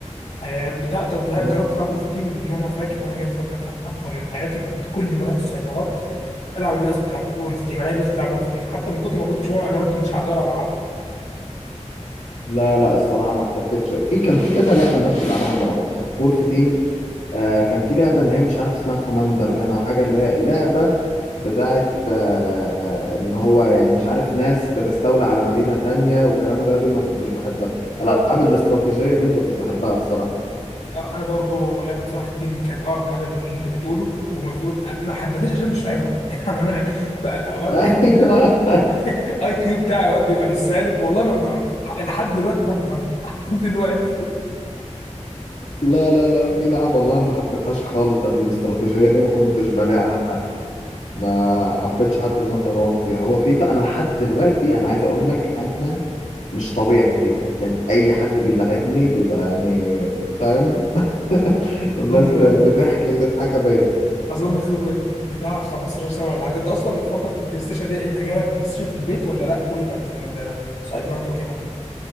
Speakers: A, on the left (about 65°); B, on the left (about 80°).
A: آه، بتاع- طب لا
B: بس
A: جربت تلعب وولف تيم لان انا فاكر انا جت فتره كده حقبه من حياتي كنت كل ما اروح السايبرات العب الناس بتلعب وولف تيم الاقي الناس بتلعب وولف تيم حتى من كتر ما كنت بشوفها انا قلت مش هجرب العبها
B: لا لا الصراحه ما احتكتش في كان في كذا لعبه الناس بتلعبها انا ما بلعبهاش وولف تيم آه كان في لعبه اللي هي مش عارف اسمها كوماندر باين او حاجه اللي هي لعبه بتاعت آه آه، ان هو يعني مش عارف ناس بتستولى على مدينه تانية والكلام ده دي ما كنتش بحبها الالعاب الاستراتيجيه دي ما كنتش بحبها الصراحه
A: آه، انا برضو لعبه صلاح الدين كانت اقرب حاجه للي انت بتقوله وما ما حبيتهاش عشان مش فاهمها <laughs> يعني انا ب- اوقات
B: <laughs>
A: بحس كده اي كيو بتاعي اوقات بيبقى بالسالب والله ما ما- ما- لحد دلوقتي مش عارف افهمها <laughs> لحد دلوقتي
B: لا لا لا في لعبه والله انا ما حبيتهاش خالص بتاعت الاستراتيجيه دي ما كنتش بلاعها ما حبيتش حتى ان انا اتغوط فيها هو فيفا انا لحد دلوقتي انا عايز اقول لك انا مش طبيعي في فيفا يعني اي حد بيلعبني بيبقى يعني فاهم <laughs>
A: اظن
B: الناس ب- بتحكي وتضحك بيا
A: اظن خبره بتاع 15 سنه ولا حاجه انت اصلا فتره البلاي ستيشن دي انت جالك بلاي ستيشن في البيت ولا لا كله كان في السايبرات وكده